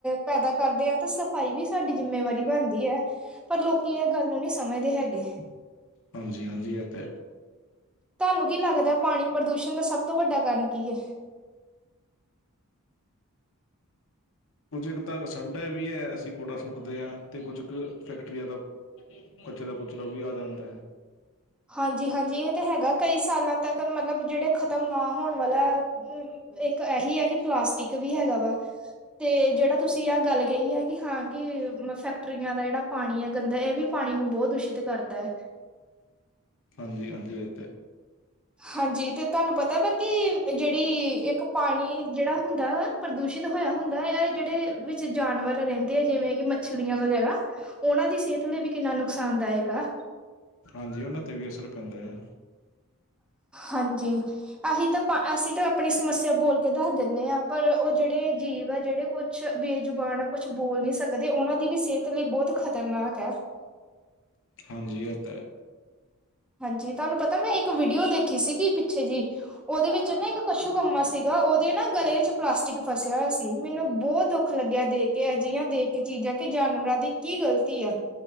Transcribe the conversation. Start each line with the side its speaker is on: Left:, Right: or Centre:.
Centre: ਪੈਦਾ ਕਰਦੇ ਹਾਂ ਤਾਂ ਸਫ਼ਾਈ ਵੀ ਸਾਡੀ ਜਿੰਮੇਵਾਰੀ ਬਣਦੀ ਹੈ ਪਰ ਲੋਕ ਕੀ ਇਹ ਗੱਲ ਨੂੰ ਨੀ ਸਮਝਦੇ ਹੈਗੇ।
Left: ਹਾਂਜੀ ਹਾਂਜੀ ਏ ਤਾਂ।
Centre: ਤੁਹਾਨੂੰ ਕੀ ਲੱਗਦਾ ਪਾਣੀ ਪ੍ਰਦੂਸ਼ਣ ਦਾ ਸਭ ਤੋਂ ਵੱਡਾ ਕਾਰਨ ਕੀ ਹੈ।
Left: ਕੁੱਝ ਕੁ ਤਾਂ ਸਾਡਾ ਵੀ ਹੈ ਅਸੀ ਕੂੜਾ ਸੁੱਟਦੇ ਹਾਂ ਤੇ ਕੁੱਝ ਕੁ ਫੈਕਟਰੀਆਂ ਦਾ। ਕਚਰਾ ਕੁਚਰਾ ਵੀ ਆ ਜਾਂਦਾ ਹੈ।
Centre: ਹਾਂਜੀ ਹਾਂਜੀ ਇਹ ਤਾਂ ਹੈਗਾ ਕਈ ਸਾਲਾਂ ਤੱਕ ਮਤਲਬ ਜਿਹੜੇ ਖਤਮ ਨਾ ਹੋਣ ਵਾਲਾ। ਅ ਇੱਕ ਇਹੀ ਹੈ ਕਿ ਪਲਾਸਟਿਕ ਵੀ ਹੈਗਾ ਵਾ ਤੇ ਜਿਹੜਾ ਤੁਸੀ ਆਹ ਗੱਲ ਕਹੀ ਹੈ। ਕਿ ਹਾਂ ਕਿ ਫੈਕਟਰੀਆਂ ਦਾ ਜਿਹੜਾ ਪਾਣੀ ਹੈ ਗੰਦਾ ਇਹ ਵੀ ਪਾਣੀ ਨੂੰ ਬਹੁਤ ਦੂਸ਼ਿਤ ਕਰਦਾ ਹੈ।
Left: ਹਾਂਜੀ ਹਾਂਜੀ ਉ ਤੇ
Centre: ਹਾਂਜੀ ਤੇ ਤੁਹਾਨੂੰ ਪਤਾ ਵਾ ਕਿ ਜਿਹੜੀ ਇੱਕ ਪਾਣੀ ਜਿਹੜਾ ਹੁੰਦਾ ਵਾ। ਪ੍ਰਦੂਸ਼ਿਤ ਹੋਇਆ ਹੁੰਦਾ ਹੈ ਇਹ ਜਿਹੜੇ ਵਿੱਚ ਜਾਨਵਰ ਰਹਿੰਦੇ ਆ ਜਿਵੇਂ ਕਿ ਮੱਛਲੀਆਂ ਵਗੈਰਾ। ਉਹਨਾਂ ਦੀ ਸਿਹਤ ਲਈ ਵੀ ਕਿੰਨਾ ਨੁਕਸਾਨਦਾਇਕ ਆ।
Left: ਹਾਂਜੀ ਉਹਨਾਂ ਤੇ ਵੀ ਅਸਰ ਪੈਂਦਾ ਆ।
Centre: ਹਾਂਜੀ ਅਸੀਂ ਤਾਂ ਅਸੀਂ। ਤੇ ਆਪਣੀ ਸਮੱਸਿਆ ਬੋਲ ਕੇ ਦੱਸ ਦਿੰਦੇ ਹਾਂ ਪਰ ਉਹ ਜਿਹੜੇ ਅ ਜੀਵ ਆ ਜਿਹੜੇ ਕੁਛ ਬੇਜੁਬਾਨ ਆ। ਕੁਛ ਬੋਲ ਨੀ ਸਕਦੇ ਉਹਨਾਂ ਦੀ ਵੀ ਸਿਹਤ ਲਈ ਬਹੁਤ ਖ਼ਤਰਨਾਕ ਹੈ।
Left: ਹਾਂਜੀ ਇਹ ਤਾਂ ਐ।
Centre: ਹਾਂਜੀ ਤੁਹਾਨੂੰ ਪਤਾ ਮੈਂ ਇੱਕ ਵੀਡੀਓ ਦੇਖੀ ਸੀਗੀ ਪਿੱਛੇ ਜੀ। ਉਹਦੇ ਵਿੱਚ ਨਾ ਇੱਕ ਕਸ਼ੂ ਕੰਮਾ ਸੀਗਾ ਉਹਦੇ ਨਾ ਗਲੇ ਵਿੱਚ ਪਲਾਸਟਿਕ ਫਸਿਆ ਹੋਇਆ ਸੀ ਮੈਨੂੰ ਬਹੁਤ ਦੁੱਖ। ਦੁੱਖ ਲੱਗਿਆ ਦੇਖ ਕੇ ਅਜਿਹੀਆਂ ਦੇਖ ਕੇ ਚੀਜ਼ਾਂ ਕਿ ਜਾਨਵਰਾਂ ਦੀ ਕੀ ਗ਼ਲਤੀ ਆ।